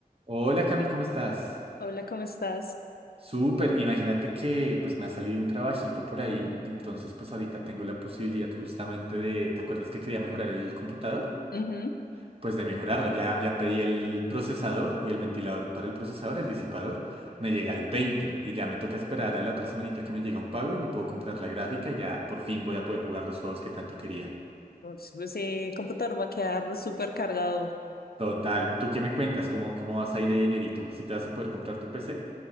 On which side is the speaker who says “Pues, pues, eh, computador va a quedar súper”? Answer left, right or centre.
Left